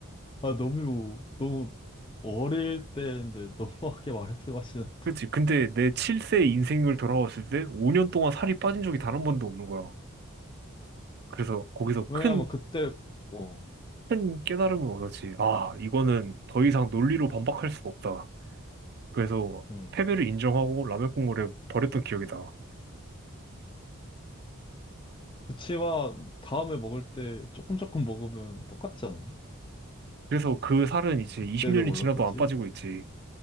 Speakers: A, on the left; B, on the right.
A: 아, 너무, 너무 어릴 때인데 너무하게 말씀하시는데?
B: 그치. 근데 내 7세 인생을 돌아봤을 때 5년 동안 살이 빠진 적이 단 한 번도 없는 거야. 그래서 거기서
A: 왜냐면
B: 큰
A: 그때, 어.
B: 큰 깨달음을 얻었지. 아, 이거는 더 이상
A: 응.
B: 논리로 반박할 수가 없다. 그래서
A: 응.
B: 패배를 인정하고 라면 국물에 버렸던 기억이다.
A: 그치와 다음에 먹을 때 조금 조금 먹으면 똑같지 않나?
B: 그래서 그 살은 이제
A: 그때는
B: 20년이
A: 몰랐겠지?
B: 지나도 안 빠지고 있지.